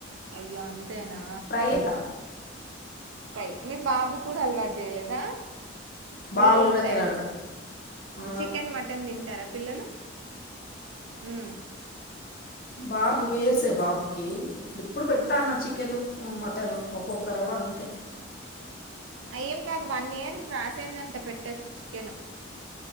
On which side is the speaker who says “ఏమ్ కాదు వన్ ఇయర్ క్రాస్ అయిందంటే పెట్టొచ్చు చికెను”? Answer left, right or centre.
Right